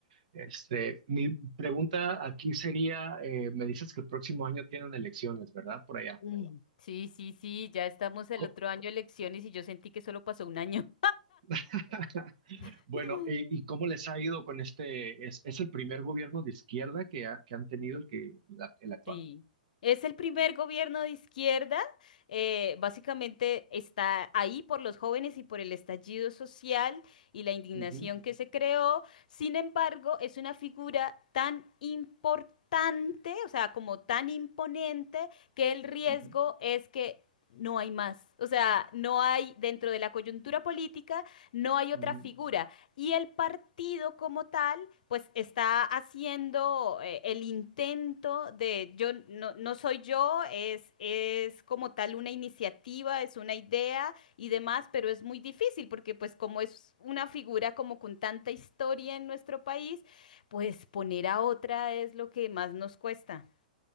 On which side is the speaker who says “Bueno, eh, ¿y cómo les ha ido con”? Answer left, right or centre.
Right